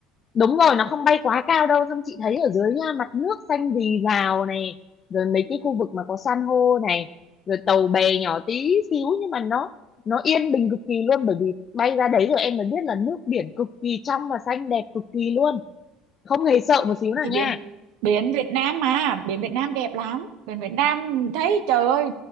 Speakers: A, on the left (about 35°); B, on the right (about 75°).
A: đúng rồi nó không bay quá cao đâu xong chị thấy ở dưới nha mặt nước xanh rì rào này rồi mấy cái khu vực mà có san hô này rồi tàu bè nhỏ tí xíu nhưng mà nó nó yên bình cực kỳ luôn bởi vì bay ra đấy rồi em mới biết là nước biển cực kỳ trong và xanh đẹp cực kỳ luôn không hề sợ một xíu nào
B: Thì biển,
A: nha
B: biển Việt Nam mà. Biển Việt Nam đẹp lắm. Biển Việt Nam thấy, trời ơi,